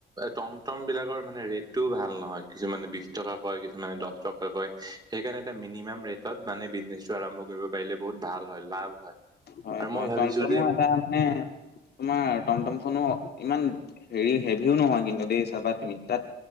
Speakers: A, on the right (about 20°); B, on the left (about 55°).
A: টমটম বিলাকৰ মানে ৰেটটোও ভাল। নহয় কিছুমানে বিছ টকা কয়, কিছুমানে দহ টকা কয়। সেইকাৰণে এ মিনিমাম ৰেটত মানে বিজনেছটো আৰম্ভ কৰিব পাৰিলে বহুত ভাল হয়, লাভ হয়।
B: হয়,
A: আৰু
B: হয়
A: মই ভাবিছো
B: টমটমো
A: যে
B: এটা মানে তোমাৰ টমটম খনো ইমান হেৰি হেভিও নহয় কিন্তু দেই। চাবা তুমি তাত